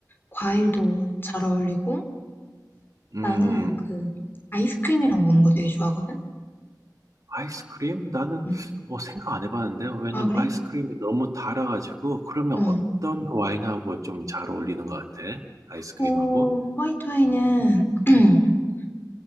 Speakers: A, on the left; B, on the right.
A: 과일도 잘 어울리고
B: 음,
A: 나는 그 아이스크림이랑 먹는 거 되게 좋아하거든?
B: 아이스크림? 나는
A: 응.
B: 어, 생각 안 해봤는데 왜냐면
A: 아, 그래?
B: 아이스크림이 너무 달아가지고 그러면
A: 어.
B: 어떤 와인하고 좀 잘 어울리는 것 같아? 아이스크림하고?
A: 뭐, 화이트 와인은 <clears throat>